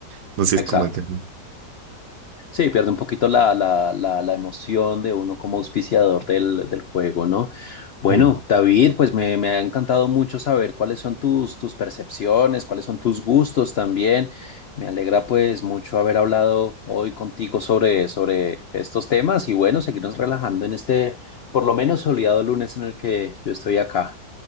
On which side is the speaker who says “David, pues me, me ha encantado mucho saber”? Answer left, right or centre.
Left